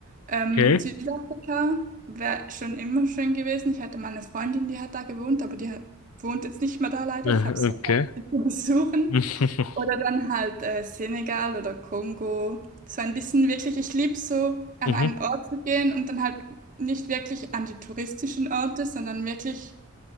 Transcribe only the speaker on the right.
Ähm,
Südafrika wäre schon immer schön gewesen. Ich hatte mal eine Freundin, die hat da gewohnt, aber die hat, wohnt jetzt nicht mehr da leider.
Ich habe es
verpasst, <laughs> sie zu besuchen.
Oder dann halt äh, Senegal oder Kongo. So ein bisschen wirklich, ich liebe so, an
einen Ort zu gehen und dann halt nicht wirklich an die touristischen Orte, sondern wirklich